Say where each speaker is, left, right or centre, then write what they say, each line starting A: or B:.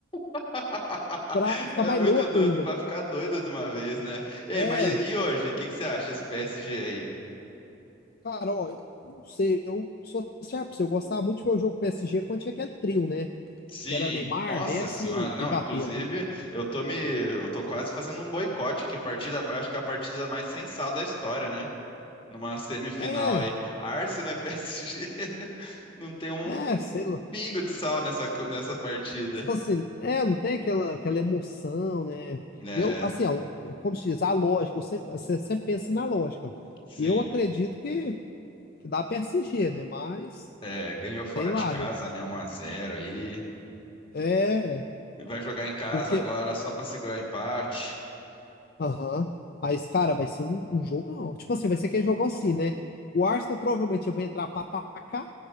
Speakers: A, on the left; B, on the left.
A: <laughs>
B: pra ficar
A: É
B: mais
A: muito
B: louco
A: doido
B: ainda,
A: pra
B: né?
A: ficar doido de uma vez, né? Ei,
B: É,
A: mas e e hoje? O que que você acha desse PSG aí?
B: cara, ó, eu não sei, eu sou sincero pra você, eu gostava muito de ver o jogo PSG quando tinha aquele trio, né?
A: Sim,
B: Que era Neymar,
A: nossa
B: Messi
A: senhora,
B: e o
A: não,
B: Mbappé,
A: inclusive
B: né?
A: eu tô me, eu tô quase fazendo um boicote, que a partida, eu acho que é a partida mais sem sal da história, né? Numa semifinal
B: É,
A: aí, Arsenal e PSG, <laughs> não tem um,
B: é,
A: um
B: sei lá.
A: pingo de sal nessa, co- nessa partida.
B: Tipo assim, é, não tem aquela, aquela emoção, né?
A: É,
B: Eu, assim, ó, é como se diz, a lógica, eu sempre, você sempre pensa na lógica.
A: sim,
B: E eu acredito que, que dá PSG, né? Mas,
A: é, ganhou fora
B: sei lá,
A: de casa,
B: né?
A: né, 1 a 0 aí,
B: É,
A: vai jogar em casa
B: porque
A: agora só pra segurar empate.
B: Aham. Mas, cara, vai ser um, um jogão. Tipo assim, vai ser aquele jogo assim, né? O Arsenal provavelmente vai entrar pra cá,